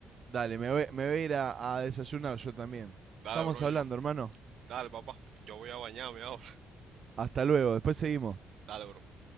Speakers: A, on the right; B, on the right.
A: Dale, me voy, me voy a ir a, a desayunar yo también.
B: Dale,
A: Estamos
B: bro,
A: hablando,
B: yo.
A: hermano.
B: Dale, papá. Yo voy a bañarme ahora.
A: Hasta luego, después seguimos.
B: Dale, bro.